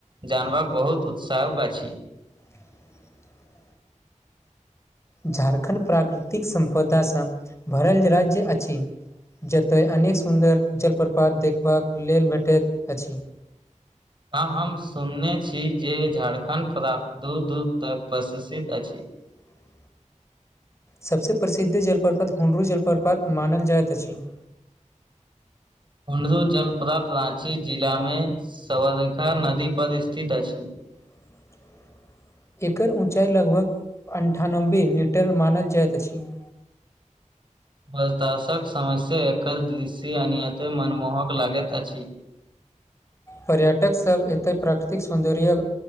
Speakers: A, on the right; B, on the left.
A: जानबाक बहुत उत्साहक अछी
B: <inaudible> झारखण्ड प्राकृतिक संप्रदा सँ भरल राज्य अछि जतय अनेक सुन्दर जलप्रपात देखबाक लेल भेटैत अछि
A: हँ हम सुनने छी जे झारखण्ड प्राप्त दूर दूर तक प्रश्षित अछि
B: ह <inaudible> सभसे प्रसिद्ध जलप्रपात हुनड्रू जलप्रपात मानल जाइत अछि <inaudible>
A: हुंड्रू जलप्राप्त राँची जिलामे सवर रेखा नदी पर स्थित अछि
B: <inaudible> एकर ऊँचाइ लगभग अन्ठानबे मीटर मानल जाइत अछि <inaudible>
A: बल ताशक समस्या एकर दृशय अनियाते मनमोहक लागैत अछि
B: पर्यटक सभ एतै प्राकृतिक सौन्दर्य